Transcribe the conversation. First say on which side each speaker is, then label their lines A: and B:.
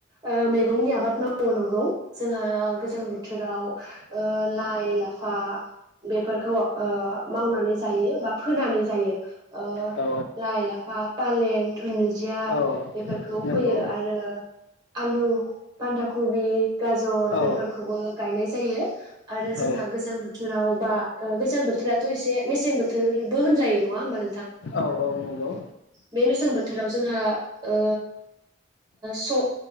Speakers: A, on the right; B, on the left.
A: ओ मैगंनि आबाद मावो‌ नंगौ जोंहा गोजां बोथोराव ओ लाइ लाफा बेफोरखौ ओ मावनानै जायो बा होनानै जायो ओ
B: औ
A: लाइ लाफा फालें धुनुजिया
B: औ
A: बेफोरखौ
B: नंगौ
A: फोयो आरो आलु बान्दाकबि गाजर
B: औ
A: बेफोरखौबो गायनाय जायो आरो जोंहा
B: औ
A: गोजां बोथोराव बा ओ गोजां बोथोराथ' एसे मेसें बोथोर बो होनजायो नङा होनबा
B: औ औ नंगौ
A: बे मेसें बोथोराव जोंहा ओ स